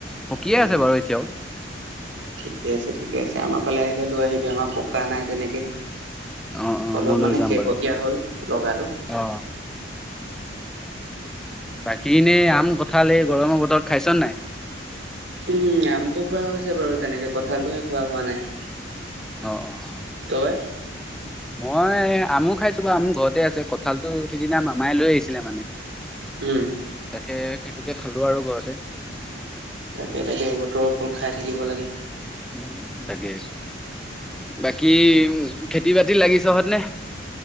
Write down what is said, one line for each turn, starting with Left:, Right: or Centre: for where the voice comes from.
Centre: পকিয়ে
Right: উম
Centre: আছে বাৰু এতিয়াও।
Right: ঠিকে আছে - ঠিকে আছে আমাৰ ফালে আহিলে লৈ আহিবি আমাৰ পকা নাই তেনেকে।
Centre: অ অ
Right: অলপ
Centre: মই লৈ
Right: মানে
Centre: যাম
Right: শেহতীয়া
Centre: বাৰু
Right: হ'ল লগাটো।
Centre: অ বাকী এনেই আম কঠাল এই গৰমৰ বতৰত খাইছ নে নাই?
Right: উম, আমটো খোৱা হৈছে বাৰু তেনেকে কঠালটোহে খোৱা হোৱা নাই।
Centre: অ অ অ
Right: তই?
Centre: মই আমো খাইছো বাৰু আমু ঘৰতে আছে কঠালটো সিদিনা মামাই লৈ আহিছিলে মানে।
Right: উম
Centre: তাকে সেইটোকে খালো আৰু ঘৰতে।
Right: তাকে - তাকে বতৰৰ ফল খাই থাকিব লাগে।
Centre: উম - উম তাকে। বাকী উম, খেতি বাতি লাগিছহত নে?